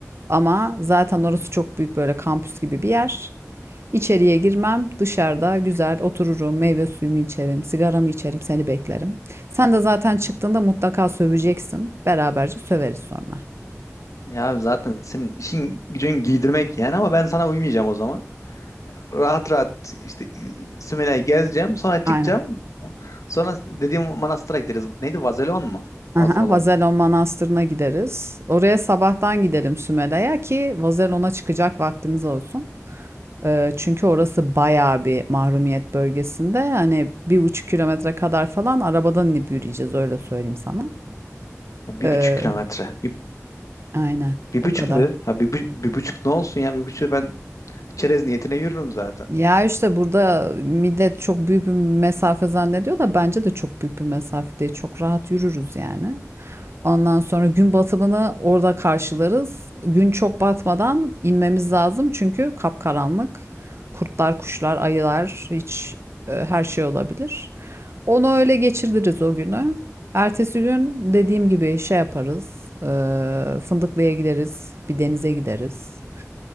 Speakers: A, on the right (about 55°); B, on the left (about 80°).
A: Ama zaten orası çok büyük böyle kampüs gibi bir yer. İçeriye girmem dışarıda güzel otururum meyve suyumu içerim sigaramı içerim seni beklerim. Sen de zaten çıktığında mutlaka söveceksin. Beraberce söveriz sonra.
B: Ya abi zaten senin işin gücün giydirmek yani ama ben sana uymayacağım o zaman. Rahat rahat işte Sümela'yı gezeceğim. Sonra çıkacağım.
A: Aynen.
B: Sonra dediğim manastıra gideriz. Neydi? Vazelon mu?
A: Aha,
B: Vazelon.
A: Vazelon Manastırı'na gideriz. Oraya sabahtan gidelim Sümele'ye ki Vazelon'a çıkacak vaktimiz olsun. Ee, çünkü orası bayağı bir mahrumiyet bölgesinde. Yani bir buçuk kilometre kadar falan arabadan inip yürüyeceğiz öyle söyleyeyim sana.
B: Ya Bir
A: Ee,
B: buçuk kilometre. Bir,
A: aynen
B: bir
A: o
B: buçuk
A: kadar.
B: mu? Ha, bir, bu- bir buçuk ne olsun ya? Bir buçuk ben çerez niyetine yürürüm zaten.
A: Ya işte burada millet çok büyük bir mesafe zannediyor da bence de çok büyük bir mesafe değil. Çok rahat yürürüz yani. Ondan sonra gün batımını orada karşılarız. Gün çok batmadan inmemiz lazım çünkü kapkaranlık. Kurtlar, kuşlar, ayılar hiç e, her şey olabilir. Onu öyle geçiririz o günü. Ertesi gün dediğim gibi şey yaparız. e, Fındıklı'ya gideriz, bir denize gideriz.